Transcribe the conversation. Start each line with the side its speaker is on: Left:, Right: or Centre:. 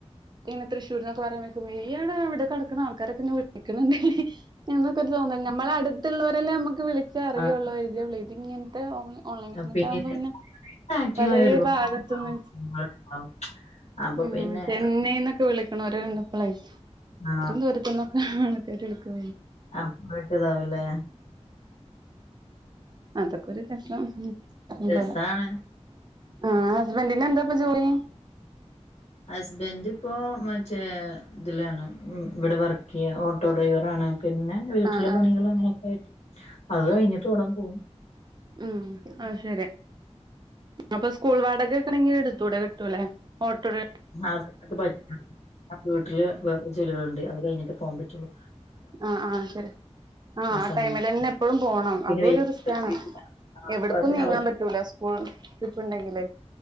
Right: ഇന്നെ തൃശ്ശൂര്ന്നൊക്കെ പറീണേക്കുമ്പൊ ഇയാള് അവടെ കെടക്കണ ആൾക്കാരൊക്കെ ഇന്നെ വിളിക്കിണ്ട്ലെ എന്നൊക്കെ ഒരു തോന്നല് ഞമ്മളെ അട്ത്ത്ള്ളോരല്ലേ മ്മക്ക് വിളിച്ച അറിയൊള്ളൂ
Left: ആ
Right: പരിചയള്ള ഇത്ങ്ങ ത്തത് ഓൺ ഓൺലൈൻ ബിസിനസാവുമ്പോ
Left: പേരൻറ്സ്
Right: പിന്നെ
Left: ആക്റ്റീവായ
Right: പലേ
Left: ഒരുപാട്
Right: ഭാഗത്ത്ന്നും ചി
Left: <unintelligible> അപ്പൊ
Right: ഉം
Left: പിന്നെ
Right: ചെന്നൈന്നൊക്കെ വിളിക്കണോര്ണ്ട് പ്പളെ ഇത്രീം
Left: ആ
Right: ദൂരത്ത്ന്നൊക്ക ആൾക്കാര് വിളിക്കോ
Left: <unintelligible> താവുലേ
Right: അതൊക്കൊരു രസം ഉം ഇവളെ
Left: രസാണ്.
Right: ആഹ് ഹസ്ബൻ്റ്നെന്താപ്പ ജോലി
Left: ഹസ്ബൻ്റ് പ്പോ മറ്റേ ത്ലാണ് ഇവടെ വർക്കെയ്യാണ് ഓട്ടോഡ്രൈവറാണ് പിന്നെ വീട്ടിലെ
Right: ആഹ് ആഹ്
Left: പണികള് അങ്ങനൊക്കായിട്ട് അത് കഴിഞ്ഞിട്ട് വാണം പോവാൻ
Right: ആഹ് അത് ശെരി അപ്പൊ സ്കൂൾ വാടകക്കണെങ്കി ഇട്ത്തൂടെ കിട്ടുലേ ഓട്ടോഡ
Left: <unintelligible> വീട്ടില് വേറെ ജോലികള്ണ്ട് അത് കഴിഞ്ഞിട്ടെ പോകാൻ പറ്റുള്ളു
Right: ആഹ് ആഹ് ശെരി ആഹ് ആ
Left: സമയത്ത്
Right: ടൈമിലെന്നെ എപ്പഴും പോണം
Left: പിന്നെ
Right: അതും
Left: വേ
Right: ഒരു റിസ്കാണ്
Left: പറ്റൂല്ല. ആ
Right: എവിട്ക്കും
Left: അപ്പൊ പിന്നെ
Right: നീങ്ങാ
Left: അവർക്ക്
Right: പറ്റൂല സ് സ്കൂൾ ട്രിപ്പ്ണ്ടെങ്കിലേ